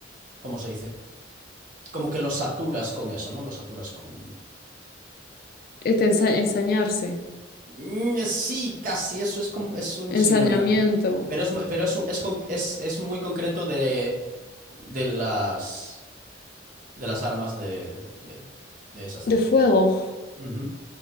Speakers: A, on the right; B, on the left.
A: ¿cómo se dice? Como que lo saturas con eso, ¿no? Lo saturas con.
B: Este, ensa- ensañarse.
A: Mm, sí, casi, eso es como, es un sinónimo,
B: Ensañamiento.
A: pero, pero es mu- pero es, es, con- es- es muy concreto de, de las de las armas de, de, de esas de
B: De
A: Pium
B: fuego.
A: Pium. Ujú.